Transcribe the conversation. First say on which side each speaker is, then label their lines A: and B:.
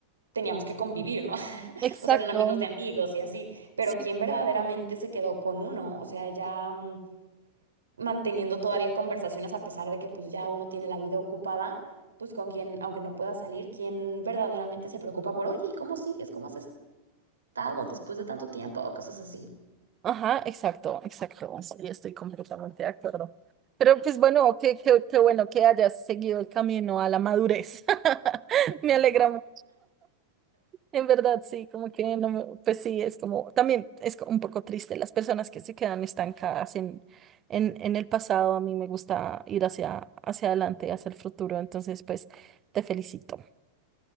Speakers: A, on the right; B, on the right.
A: teníamos que convivir, ¿no? <laughs>
B: Exacto.
A: O sea, eran amigos de amigos y así, pero
B: Sí.
A: quien verdaderamente se quedó con uno, o sea, ya mm, manteniendo todavía conversaciones a pesar de que pues ya uno tiene la vida ocupada, pues con quien, aunque no pueda salir, quien verdaderamente se preocupa por, oye, ¿y cómo sigues? ¿Cómo has estado después de tanto tiempo? O Cosas así.
B: Ajá, exacto, exacto. Sí, estoy completamente de acuerdo. Pero pues bueno, qué, qué, qué bueno que hayas seguido el camino a la madurez. <laughs> Me alegra mucho. En verdad, sí, como que no me, pues sí, es como, también es co- un poco triste las personas que se quedan estancadas en, en, en el pasado. A mí me gusta ir hacia, hacia adelante, hacia el futuro. Entonces, pues, te felicito.